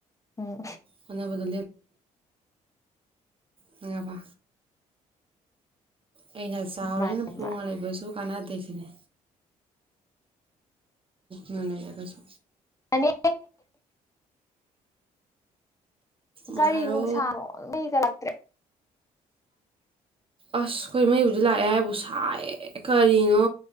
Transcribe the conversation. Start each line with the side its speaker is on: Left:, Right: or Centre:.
Left: ꯎꯝ
Right: ꯃꯅꯕ ꯇ ꯉꯅꯨꯡꯉꯕ ꯑꯩꯅ ꯆꯥꯎꯔꯦꯅ
Left: ꯃꯥꯅꯦ
Right: ꯄꯣꯉꯒ
Left: ꯃꯥꯅꯦ
Right: ꯂꯩꯕꯁꯨ ꯀꯅꯥꯗꯁꯤꯅꯦ ꯃꯅꯦꯗꯁꯨ
Left: ꯃꯥꯅꯦ
Right: ꯃꯥꯔꯣ
Left: ꯀꯔꯤ ꯅꯨꯡꯁꯥꯅꯣ ꯂꯩꯒꯠꯂꯛꯇ꯭ꯔꯦ
Right: ꯑꯁ ꯑꯩꯈꯣꯏ ꯃꯩꯕꯨꯗꯤ ꯂꯥꯛꯑꯦ ꯍꯥꯏꯕꯨ ꯁꯥꯏ ꯀꯔꯤꯅꯣ